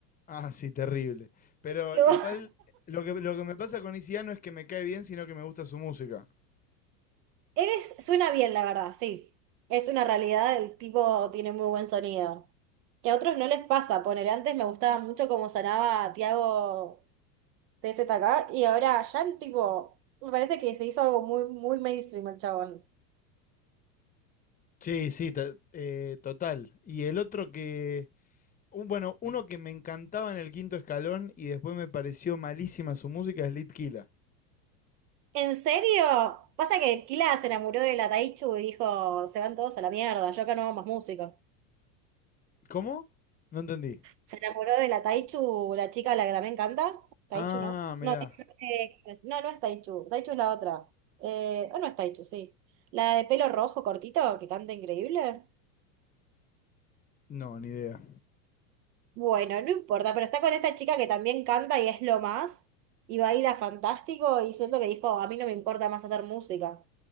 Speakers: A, on the left (about 15°); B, on the right (about 70°).
A: Ah, sí, terrible. Pero
B: <laughs> Lo-
A: igual lo que, lo que me pasa con Isiano es que me cae bien, sino que me gusta su música.
B: Él es- suena bien, la verdad, sí. Es una realidad, el tipo tiene muy buen sonido. Que a otros no les pasa, poner antes me gustaba mucho cómo sonaba Tiago TZK y ahora ya el tipo, me parece que se hizo algo muy, muy mainstream el chabón.
A: Sí, sí, to- eh, total. Y el otro que, un- bueno, uno que me encantaba en el quinto escalón y después me pareció malísima su música es Litkila.
B: ¿En serio? Pasa que Kila se enamoró de la Taichu y dijo, se van todos a la mierda, yo acá no hago más música.
A: ¿Cómo? No entendí.
B: Se enamoró de la Taichu, la chica a la que también canta. Taichu,
A: Ah,
B: ¿no?
A: mirá.
B: No, Taichu, eh, es- no, no es Taichu. Taichu es la otra. Eh, o no es Taichu, sí. La de pelo rojo cortito, que canta increíble.
A: No, ni idea.
B: Bueno, no importa, pero está con esta chica que también canta y es lo más. Y va a ir a Fantástico y siento que dijo, a mí no me importa más hacer música.